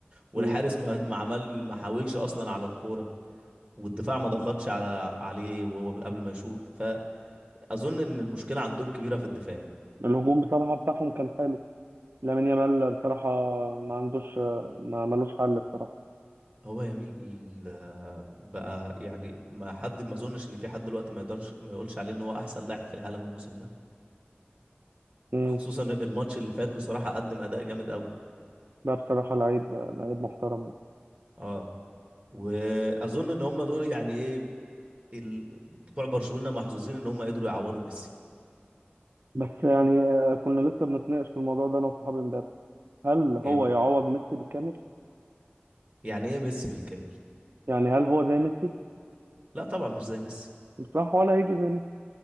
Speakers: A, on the right; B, on the right.
A: والحارس
B: امم
A: ما ما عمل ما حاولش أصلا على الكورة والدفاع ما ضغطش على عليه وهو بي- قبل ما يشوط فأظن إن المشكلة عندهم كبيرة في الدفاع
B: الهجوم بصراحة بتاعهم كان حلو لامين يامال بصراحة ما عندوش آه، ما ملوش حل بصراحة
A: هو يميل ل- بقى يعني ما حد ما اظنش ان في حد دلوقتي ما يقدرش ما يقولش عليه ان هو احسن لاعب في العالم الموسم ده
B: امم
A: خصوصا الماتش اللي فات بصراحة قدم اداء جامد قوي
B: لا بصراحة لعيب لعيب محترم يعني
A: اه واظن ان هم دول يعني ايه ال... بتوع برشلونة محظوظين ان هم قدروا يعوضوا ميسي
B: بس يعني آه، كنا لسه بنتناقش في الموضوع ده انا وصحابي امبارح هل هو
A: ايه بقى
B: يعوض ميسي بالكامل
A: يعني ايه ميسي بالكامل
B: يعني هل هو زي ميسي
A: لا طبعا مش زي ميسي
B: بصراحة ولا هيجي زي ميسي